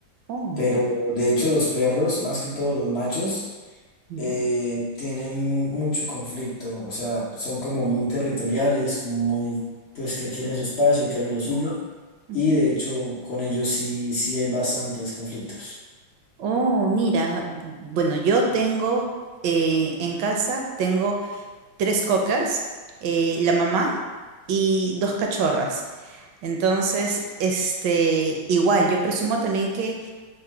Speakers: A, on the right; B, on the left.
A: Oh,
B: Pero de hecho los perros, más que todos los machos,
A: ya.
B: eh, tienen mucho conflicto, o sea, son como muy territoriales, como muy, pues que quieren su espacio, quieren lo suyo,
A: Ujú.
B: y de hecho con ellos sí, sí hay bastantes conflictos.
A: Oh, mira, bueno, yo tengo eh, en casa, tengo tres cockers, eh, la mamá y dos cachorras. Entonces, este, igual, yo presumo también que